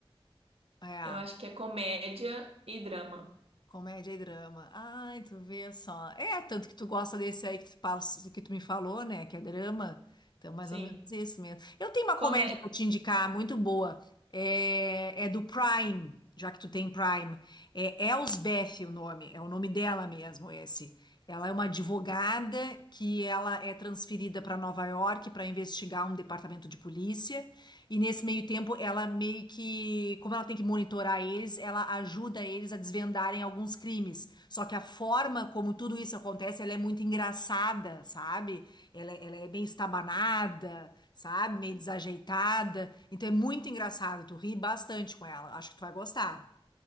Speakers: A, on the left (about 50°); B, on the right (about 85°).
A: É.
B: eu acho que é comédia e drama.
A: Comédia e drama. Ai, tu vê só. É, tanto que tu gosta desse aí que tu, passa- que tu me falou, né? Que é drama. Então, mais
B: Sim.
A: ou menos isso mesmo. Eu tenho uma comédia
B: Comé...
A: pra te indicar, muito boa. É, é do Prime, já que tu tem Prime. É Elsbeth o nome, é o nome dela mesmo, esse. Ela é uma advogada que ela é transferida para Nova York para investigar um departamento de polícia. E nesse meio tempo, ela meio que, como ela ela tem que monitorar eles, ela ajuda eles a desvendarem alguns crimes. Só que a forma como tudo isso acontece, ela é muito engraçada, sabe? Ela, ela é bem estabanada, sabe? Meio desajeitada. Então é muito engraçado, tu ri bastante com ela. Acho que tu vai gostar.